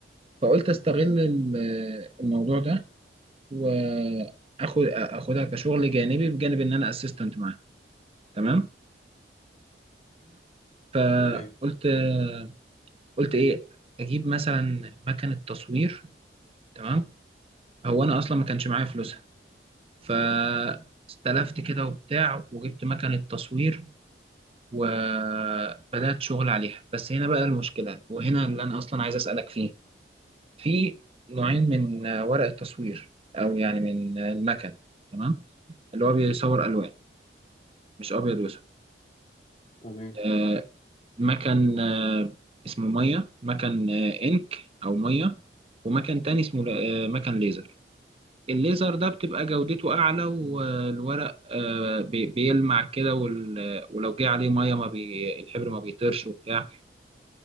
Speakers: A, on the right; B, on the left.
A: فقلت استغل ال- آه، الموضوع ده واخد اخدها كشغل جانبي بجانب ان انا اسيستنت معاه تمام فقلت
B: تمام
A: آه، قلت ايه اجيب مثلا مكنة تصوير تمام هو انا اصلا ما كانش معايا فلوس فاستلفت كده وبتاع وجبت مكنة تصوير وبدأت شغل عليها بس هنا بقى المشكلة وهنا اللي أنا أصلا عايز أسألك فيه في نوعين من آه، ورق التصوير أو يعني من آه، المكن تمام اللي هو بيصور ألوان مش أبيض وأسود
B: تمام
A: آه، مكن آه، اسمه مية مكن آه، إنك أو مية ومكن تاني اسمه آه، مكن ليزر الليزر ده بتبقى جودته أعلى والورق
B: تمام
A: آه، بي- بيلمع كده وال- ولو جه عليه مية ما بي الحبر ما بيطيرش وبتاع